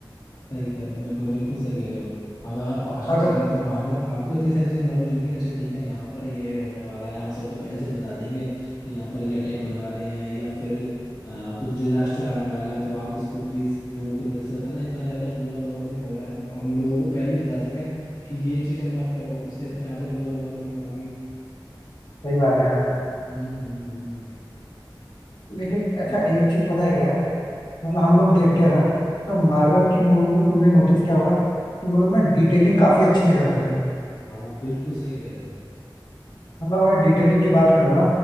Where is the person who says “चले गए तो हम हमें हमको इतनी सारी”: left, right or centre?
Left